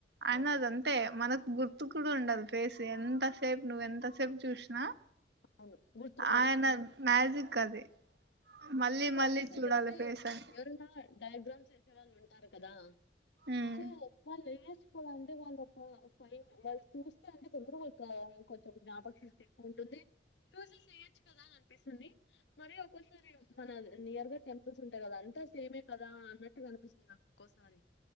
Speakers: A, on the right (about 70°); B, on the left (about 80°).
A: అయన
B: అవునవును.
A: అద అంతే మనకు గుర్తు కూడా ఉండదు ఫేస్ ఎంతసేపు నువ్వ ఎంతసేపు చూసినా
B: అవును గుర్తుండదు
A: ఆయన మ్యాజిక్ అది మళ్ళీ
B: నాకు కనిపిస్తుంది
A: మళ్ళీ చూడాలి
B: అంటే
A: ఫేస్ అని
B: ఎవరన్నా డయాగ్రామ్స్ వేసేవాల్ ఉంటారు కదా
A: ఉమ్
B: సో వాళ్లు ఏస్ అంటే వాళ్ళొ ఒక ఫైన్ వాళ్ళు చూస్తే అంటే తొందరగా వాళ్ళ కొంచం జ్ఞాపకశక్తి ఎక్కువ ఉంటుంది చూస చెయ్యొచ్చు కదా అని అనిపిస్తుంది మరి ఒక ఒక్కోసారి మన నియర్ గా టెంపుల్స్ ఉంటాయి కదా అంతా సేమే కదా అన్నట్టు కనిపిస్తుంది నాకు ఒక్కోసారి